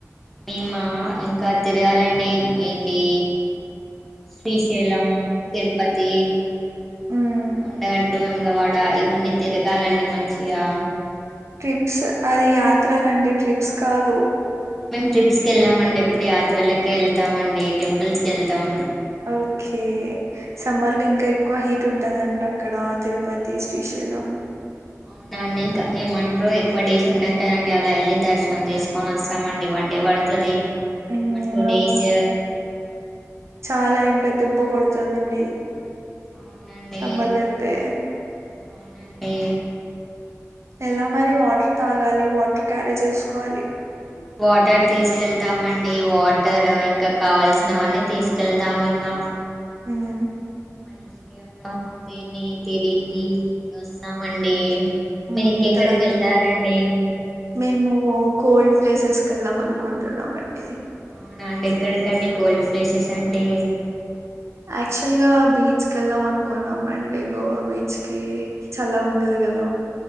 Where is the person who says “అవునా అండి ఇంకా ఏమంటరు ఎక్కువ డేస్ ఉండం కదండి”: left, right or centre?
Centre